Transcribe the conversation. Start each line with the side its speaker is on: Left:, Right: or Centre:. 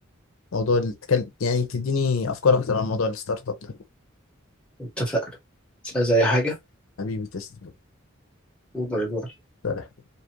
Left: الموضوع اللي تكلم يعني تديني أفكار أكتر عن موضوع الستارت اب ده
Centre: اتفقنا مش عايز اي حاجه
Left: حبيبي تسلم
Centre: باي باي
Left: سلام.